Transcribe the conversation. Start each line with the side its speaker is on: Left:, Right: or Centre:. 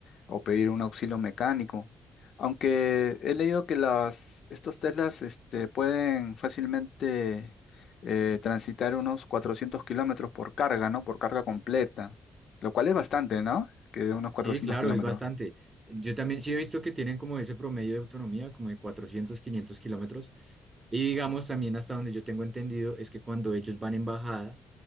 Left: o pedir un auxilio mecánico. Aunque he leído que las, estos Teslas este, pueden fácilmente eh, transitar unos 400 kilómetros por carga, ¿no? Por carga completa, lo cual es bastante, ¿no? Que de unos 400
Right: Sí, claro,
Left: kilómetros.
Right: es bastante. Yo también sí he visto que tienen como ese promedio de autonomía, como de cuatrocientos quinientos kilómetros. Y digamos también hasta donde yo tengo entendido es que cuando ellos van en bajada,